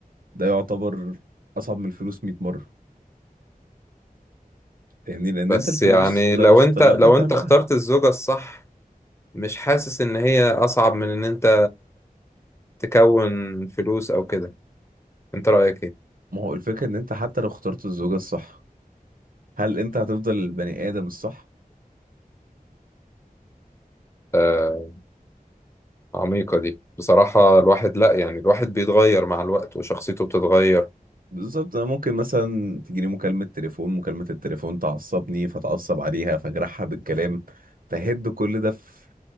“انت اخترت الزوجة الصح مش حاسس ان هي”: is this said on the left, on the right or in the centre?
Left